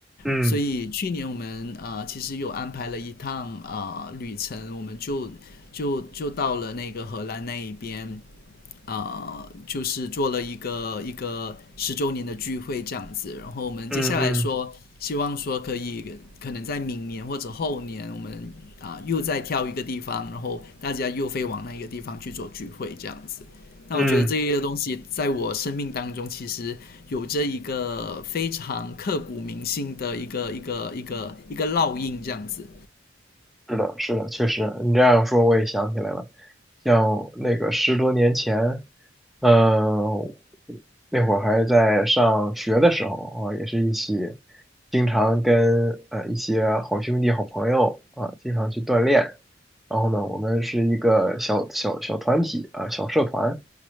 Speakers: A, in the centre; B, on the left (about 50°).
A: 嗯。
B: 所以去年我们啊、呃其实有安排了一趟啊、呃旅程，我们就就就到了那个荷兰那一边。啊、就是做了一个一个十周年的聚会这样子。然后我们接下来说，
A: 嗯嗯
B: 希望说可以可能在明年或者后年，我们啊、又再挑一个地方，然后大家又飞往那一个地方去做聚会这样子。那我觉得这个东西在我生命当中其实有着一个非常刻骨铭心的一个一个一个一个烙印这样子。
A: 嗯，是的，是的，确实，你这样说我也想起来了，像那个十多年前，呃，那会儿还在上学的时候啊，也是一起经常跟呃一些好兄弟、好朋友啊，经常去锻炼。然后呢，我们是一个小小小团体啊，小社团。